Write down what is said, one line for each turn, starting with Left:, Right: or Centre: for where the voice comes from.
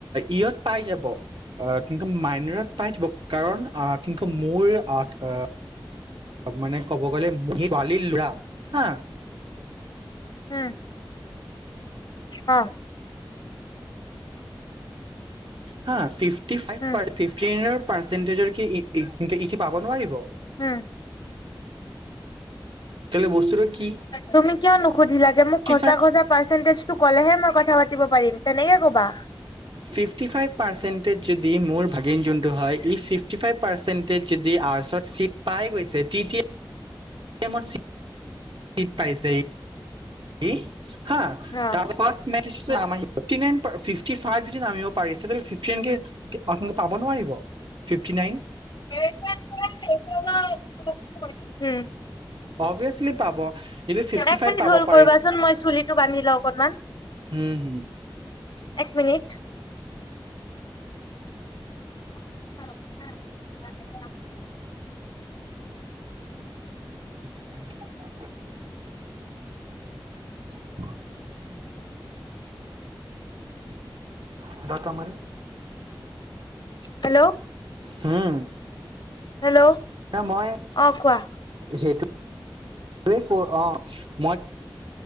Right: ইয়ত পাই যাব, অ কিন্তু মাইনৰত পাই যাব, কাৰণ কিন্তু মোৰ অট অ মানে ক'ব গ'লে মো ছোৱালী ল'ৰা হা
Left: উম অহ
Right: হা ফিফ ফিফটি ফাইভ
Left: উম
Right: পাৰ্চে ফিফটিনৰ পাৰ্চেন্টিজৰ কি ই ই কি পাব নোৱাৰিব
Left: হম
Right: চেলে বস্তুটো কি
Left: তুমি কিয় নুখুধিলা যে মোক
Right: ফিফটি
Left: খচা
Right: ফাইভ
Left: খচা পাৰ্চেণ্টিজ তোক ক'লেহে মই কথা পাতিব পাৰিম তেনেকে ক'বা
Right: ফিফটি ফাইভ পাৰ্চন্টেজ যদি মোৰ ভাগিন যোনটো হয় ই ফিফটি ফাইভ পাৰ্চেণ্টেজ যদি আ্চত চিট পাই গৈছে টিটি মই চিট পাইছে কি হা
Left: অ
Right: তাৰ <unintelligible>
Left: অ
Right: ফিফটি ফাইভ যদি নামিব পাৰিছে তে <unintelligible>
Left: উম
Right: পাব নোৱাৰিব পিফটি নাইন
Left: <unintelligible> উম
Right: অবিয়াসলি পাব, ফিফটি
Left: এক
Right: ফাইভ
Left: মিনিট
Right: পাব
Left: হল্ড
Right: পাৰিছে,
Left: কৰিবাচোন মই চুলিটো বান্ধি লওঁ অকনমান।
Right: হম হম
Left: এক মিনিট <unintelligible>
Right: <unintelligible> <unintelligible> উম
Left: হেল্ল',
Right: হুম
Left: হেল্ল',
Right: উম মই
Left: অ কোৱা
Right: সেইটোৱে <unintelligible> ফিফটি ফাইভ